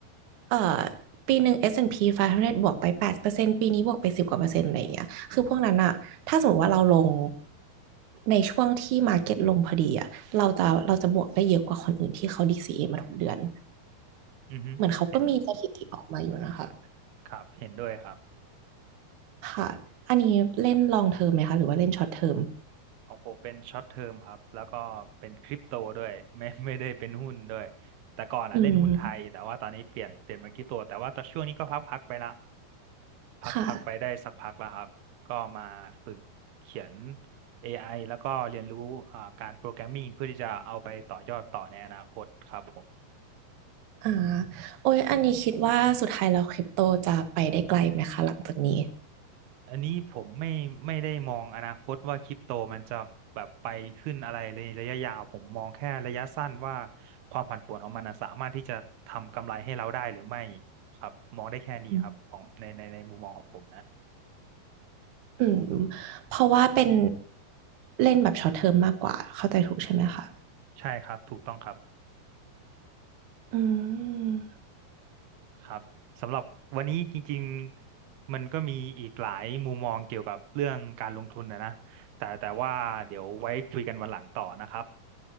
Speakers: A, on the right; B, on the right.
A: เอ่อปีหนึ่ง S&P 500บวกไป8%ปดเปอร์เซ็นต์ปีนี้บวกไปสิบกว่าเปอร์เซ็นต์อะไรอย่างเงี้ย คือพวกนั้นอะถ้าสมมติว่าเราลงในช่วงที่มาร์เก็ตลงพอดีอะเราจะเราจะบวกได้เยอะกว่าคนอื่นที่เขา d เ a มาทุกเดือน
B: อือฮึเห็น
A: เหมือนเขาก็มีสถิติออกมาอยู่นะคะ
B: ครับเห็นด้วยครับ
A: ค่ะ อันนี้เล่นลองเทอมไหมคะ หรือว่าเล่นช็อตเทอม
B: ของผมเป็นช็อตเทอมครับแล้วก็เป็นคริปโตด้วย <laughs> ไม่ไม่ได้เป็นหุ้นด้วยแต่ก่อนอ่ะเล่นหุ้นไทยแต่ว่าตอนนี้เปลี่ยนเปลี่ยนมาคริปโตแต่ว่าตอนช่วงนี้ก็พักพักไปละ
A: อืม
B: พักพักไปได้สักพักแล้วครับก็มาฝึกเขียน
A: ค่ะ
B: เอไอแล้วก็เรียนรู้อ่าการโปรแกรมมิ่งเพื่อที่จะเอาไปต่อยอดต่อในอนาคตครับผม
A: อ่าโอ้ยอันนี้คิดว่าสุดท้ายแล้วคริปโตจะไปได้ไกลไหมคะหลังจากนี้
B: อันนี้ผมไม่ไม่ได้มองอนาคตว่าคริปโตมันจะแบบไปขึ้นอะไรในระยะยาวผมมองแค่ระยะสั้นว่าความผันผวนของมันน่ะสามารถที่จะทำกำไรให้เราได้หรือไม่ครับมองได้แค่นี้ครับของในในในมุมมองของผมนะ
A: อืมอืมเพราะว่าเป็นเล่นแบบช็อตเทอมมากกว่าเข้าใจถูกใช่ไหมคะ
B: ใช่ครับถูกต้องครับ
A: อืม
B: ครับสำหรับวันนี้จริงๆมันก็มีอีกหลายมุมมองเกี่ยวกับเรื่องการลงทุนนะนะแต่แต่ว่าเดี๋ยวไว้คุยกันวันหลังต่อนะครับ